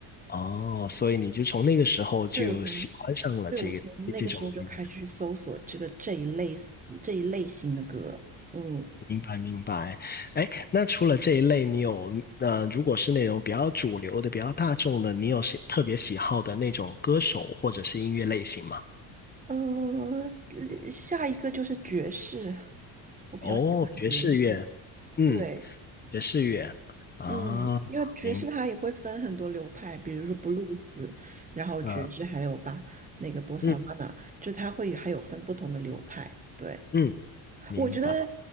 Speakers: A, on the left; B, on the right.
A: 哦，所以你就从那个时候就喜欢上了这个这这种音乐，
B: 对我从对我从那个时候就开始去搜索这个这一类这一类型的歌，嗯
A: 明白明白。哎，那除了这一类，你有呃，如果是那种比较主流的、比较大众的，你有喜特别喜好的那种歌手或者是音乐类型吗？
B: 呃，下一个就是爵士，我比较喜欢爵士，
A: 哦，爵士乐，嗯，
B: 对。
A: 爵士乐啊，
B: 嗯，因为爵士它也会分很多流派，
A: 明
B: 比如说布鲁斯，然后爵士，
A: 白，啊
B: 还有吧那个波萨瓦纳，
A: 嗯
B: 就它会有还有分不同的流派。对，
A: 嗯，明白
B: 我觉得